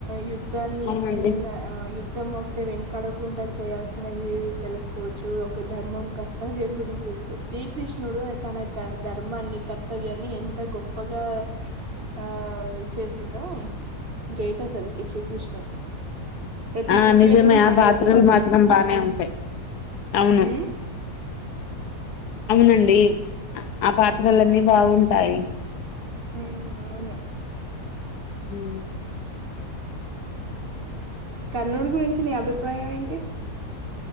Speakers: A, on the right; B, on the left.
A: యుద్ అన్య
B: అవునండి
A: ఇన్య యుద్ యుధం వస్తే వెనకడకుండా చేయాల్సినవి తెలుసుకోవచ్చు ఒక ధర్మం కర్తవ్యం గురించి తెలుసుకోవచ్చు శ్రీకృష్ణుడు తన క ధర్మాన్ని కర్తవ్యాన్ని ఎంత గొప్పగా ఆ చేసిండో గ్రేట్ అసలుకి శ్రీకృష్ణుడు ప్రతి
B: ఆ
A: సిచ్యువేషన్
B: నిజమే
A: ని
B: ఆ
A: హ్యాండిల్
B: పాత్రలు
A: చేసిండు
B: మాత్రం
A: ఆయన
B: బానే ఉంటాయి అవును
A: మ్మ్
B: అవునండి ఆ పాత్రలన్నీ
A: మ్మ్
B: బాగుంటాయి
A: మ్మ్ అవును
B: మ్మ్
A: కర్నూడు గురించి నీ అభిప్రాయం ఏంటి